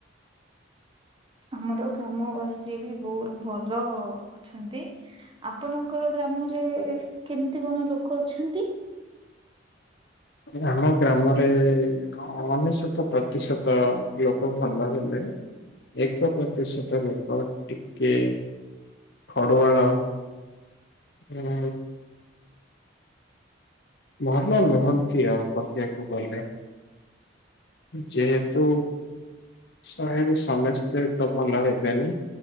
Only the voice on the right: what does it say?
ଆମର ଗ୍ରାମବାସୀ ବି ବହୁତ ଭଲ ଅଛନ୍ତି। ଆପଣଙ୍କର ଗ୍ରାମରେ କେମିତି କଣ ଲୋକ ଅଛନ୍ତି?